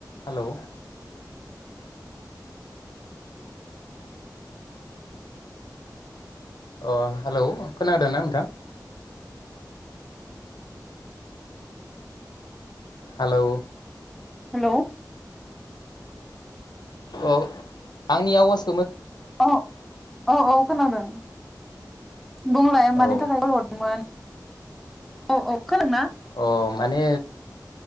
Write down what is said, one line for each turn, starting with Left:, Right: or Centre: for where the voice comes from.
Left: <inaudible> Hello अ hello खोनादों ना नोंथां? हेलौ
Centre: हेलौ
Left: औ आंनि आवास
Centre: औ औ औ खोनादों। बुंलाय मानि
Left: औ
Centre: थाखाय कल हरदोंमोन। औ औ खोनादों ना?
Left: अ माने